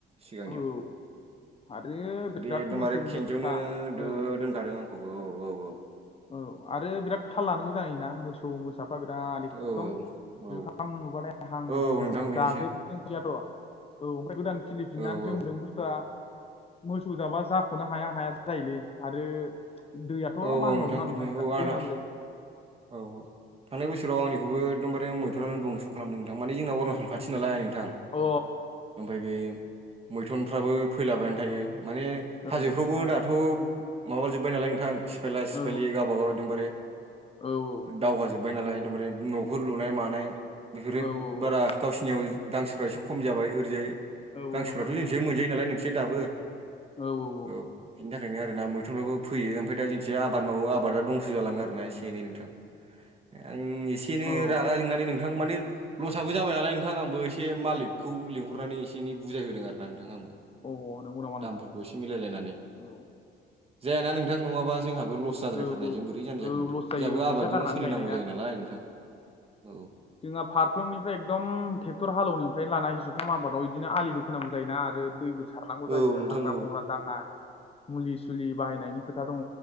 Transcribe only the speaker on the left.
औ आरो
बिराद
मोसौ
मोसा
औ
औ आरो बिराद थाल लानांगौ जायोना मोसौ सौ मोसाफ्रा बिराद एखदम
जुखाम नुबानायथाय हां
हां
जाथारो
जाजोबबो जोंखै जाथ' औ ओमफ्राय गोदान खिलिफिननानै
जों
बुस्थुआ मोसौ जाबा जाख'नो हाया हाया जायोलै आरो दैयाथ'
मा
होनबाव
थां बेराद
दै नांगौ जायो।
अ
अ औ
औ
औ औ
औ औ
औ
औ
नंगौ नंगौ
नोंथां
औ औ।
औ
औ औ नंगौ नामा
नोंथां
औ
औ औ
औ
लस जायो
फैसा
गारनानै
गायनाय ना
जोंहा फारफ्रोमनिफ्राय एकदम ट्रेक्टर हालेवनिफ्रायनो लानाय जुखाम आबादाव बिदिनो आलिबो खोनांगौ जायोना आरो दैबो सारनांगौ
जायो
हाग्रा
बंग्रा दांनाय मुलि सुलि बाहायनायनि खोथा दङ